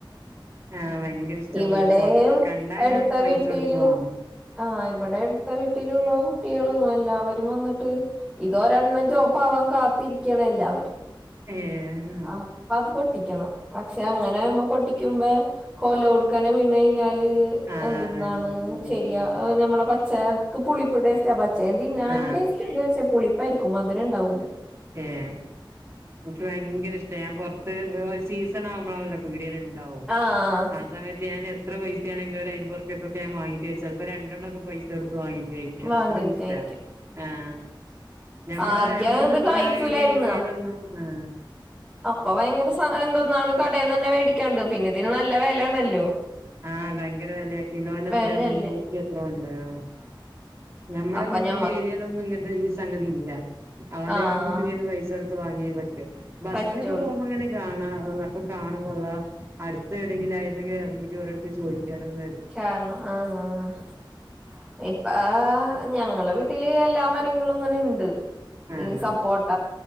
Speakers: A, on the right; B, in the centre.
A: ആഹ് ഭയങ്കരിഷ്ട
B: ഇവിടെയും
A: ഇപ്പോ കണ്ടാ
B: അടുത്ത
A: ഞാൻ പൈസൊട്ത്ത്
B: വീട്ടിലും
A: വാങ്ങും.
B: ആഹ് ഇവടെ അട്ത്ത വീട്ടില്ള്ള കുട്ട്യേള് എല്ലാവരും വന്ന്ട്ട് ഇതോരെണ്ണം ചോപ്പാവാൻ കാത്തിരിക്കാണ് എല്ലാവരും.
A: ഏഹ്.
B: അപ്പ അത് പൊട്ടിക്കണം പക്ഷെ അങ്ങനാവുമ്പം പൊട്ടിക്ക്യുമ്പ കൊലോട്ക്കനെ വീണഴിഞ്ഞാല്
A: ആ
B: എന്തെന്നാണ്
A: അതന്നെ ഉം
B: ശെര്യാ അത് ഞമ്മളെ പച്ചക്ക് പുളിപ്പ് ടേസ്റ്റാ പച്ചേം തിന്നാൻ
A: ആ
B: ടേസ് റ്റ്ണ്ട് പക്ഷേ പുളിപ്പായിരിക്കും മധുരംണ്ടാവൂല്ല.
A: ഏഹ് ഇൻക്ക് ഭയങ്കരിഷ്ട ഞാൻ പൊർത്ത് എഹ് സീസണാവുമ്പളാണല്ലോ പിട്യേല്ണ്ടാവും
B: ആഹ്
A: ആ സമയ ത്ത് ഞാന് എത്ര പൈസെണെങ്കിലും ഒരയ്മ്പൊർപ്യ ക്കൊക്കെ ഞാ വാങ്ങിട്ട് ചെൽപ്പോ രണ്ടണ്ണൊക്കെ പൈ സൊട്ത്ത് വാങ്ങിട്ട് കഴിക്കും.
B: വാങ്ങിയത്
A: അത്രക്കുഷ്ട
B: കഴിക്കും
A: ആഹ് ഞമ്മളെ
B: ആദ്യം
A: ഞമ്മള്
B: ഇത്
A: ന് ക്ക്ണാ
B: കായ്ക്കൂലായിരുന്നു
A: എരേര്യേയിലൊന്നും ആഹ്.
B: അപ്പ ഭയങ്കര സാ എന്തെന്നാണ് കടേന്നെന്നെ വേടിക്കാണ്ട് പിന്നെ തിന് നല്ല വെലേണല്ലോ.
A: ആഹ് ഭയങ്കര വെലെ കിലോനെത്രയ
B: വെലയല്ലേ
A: മുന്നൂറ്റി എത്രോണ്ട്. ആഹ് ഞമ്മളെ
B: അപ്പൊ
A: നിക്ക്ന്ന
B: ഞമ്മക്ക്
A: ഏരിയേലൊന്നും ഇങ്ങൻത്തെ ഈ സംഗതി ല്ല അതൊണ്ട്
B: ആഹ്
A: ഇങ്ങക്ക് <unintelligible> പൈ സോട്ത്ത് വാങ്ങേലൊക്കെ ബസ്സിലൊക്കെ
B: പറ്റുള്ളൂ
A: പോവുമ്പങ്ങനെ കാണാ അപ്പോ കാണുമ്പൊള്ള അട്ത്ത് എവിടെങ്കിലായിരുന്നങ്കി എർങ്ങിട്ട് ഓരട്ത്ത് ചോയിക്കാലൊന്ന
B: <unintelligible> ആഹ് ആഹ് ഇപ്പ ഞങ്ങളെ വീട്ട്ല് എല്ലാ മരങ്ങളും ഇങ്ങനെണ്ട്
A: ആഹ്
B: ഈ സപ്പോട്ട